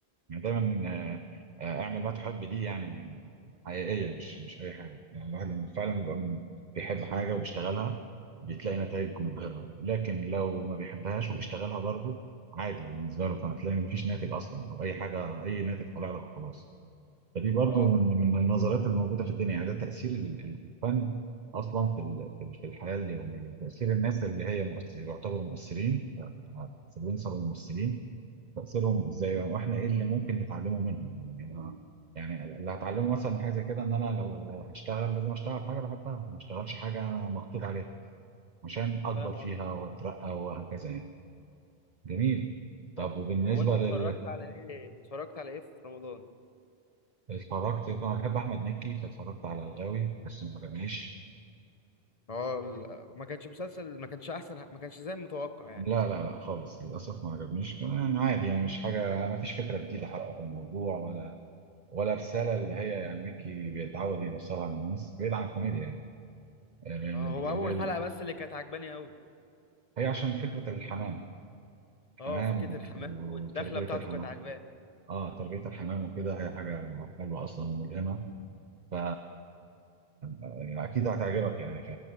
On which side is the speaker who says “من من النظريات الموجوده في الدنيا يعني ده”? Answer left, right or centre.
Right